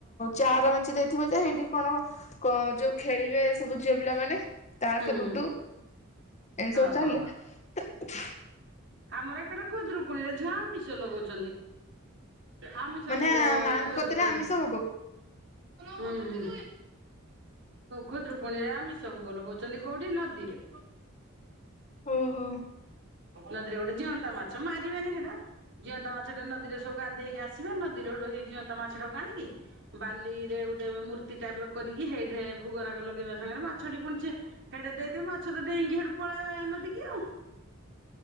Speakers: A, on the left; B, on the right.
A: ଚାର ମେଞ୍ଚେ ଦେଇଥିବ ଯେ ସେଇଠି କଣ କ ଯୋଉ ଖେଳିବେ ସବୁ ଝିଅ ପିଲାମାନେ ତାସ,
B: ହୁଁ
A: ଲୁଡୁ।
B: ହୁଁ
A: ଏମିତି ସବୁ
B: ଓହୋ
A: ଚାଲେ
B: ଆମର ଏକରେ ଖୁଦୁରୁକୁଣୀରେ ଝିଅ ଆମିଷ ଲଗଉଛନ୍ତି। ଆମିଷ
A: ମାନେ
B: ଭୋଗ
A: ମାଆଙ୍କ
B: ଖୁଦୁରୁକୁଣୀ
A: କତିରେ ଆମିଷ ଭୋଗ
B: ହୁଁ ହୁଁ ଖୁଦୁରୁକୁଣୀ ରେ ଆମିଷ ସବୁ <unintelligible> କୋଉଠି ନଦୀରେ?
A: ଓହୋ।
B: ନଦୀରେ ଗୋଟେ ଜିଅନ୍ତା ମାଛ ମାରିବେନି ହେଟା ଜିଅନ୍ତା ମାଛ ଟା ନଦୀରେ ସବୁ ଗାଧେଇକି ଆସିବେ ନଦୀରୁ ହେଟୁ ହେଇ ଜିଅନ୍ତା ମାଛଟାକୁ ଆଣିକି ବାଲିରେ ଗୋଟେ ମୂର୍ତ୍ତି ଟାଇପ ର କରିକି ସେଇଠେ ଭୋଗରାଗ ଲଗେଇବା ସାଙ୍ଗରେ ମାଛଟି ପୁଣି ଚେ ହେଡେ ଦେଇଦେବେ ମାଛ ତ ଡେଇଁକି ହେଟୁ ପଳାଏ ନଦୀକି ଆଉ।